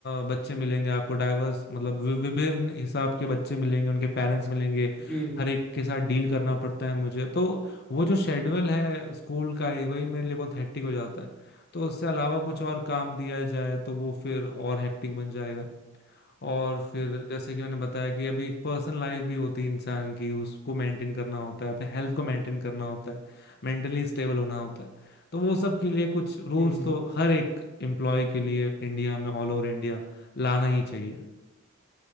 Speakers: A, on the left; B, in the centre.
A: बच्चे मिलेंगे आपको डाइवर्स मतलब वि- विभिन्न हिसाब के बच्चे मिलेंगे उनके पेरेंट्स मिलेंगे
B: जी जी
A: हर एक के साथ डील करना पड़ता है मुझे तो वो जो शेड्यूल है स्कूल का ही वही मेरे लिए बहुत हेक्टिक हो जाता है तो उससे अलावा कुछ और काम दिया जाए तो वो फिर और हेक्टिक बन जाएगा और फिर जैसे कि मैंने बताया कि अभी एक पर्सनल लाइफ भी होती है इंसान की उसको मेंटेन करना होता है अपने हेल्थ को मेंटेन करना होता है मेंटली स्टेबल होना होता है तो वो सब के लिए कुछ रूल्स
B: जी जी
A: तो हर एक एम्प्लॉय के लिए इंडिया में ऑल ओवर इंडिया लाना ही चाहिए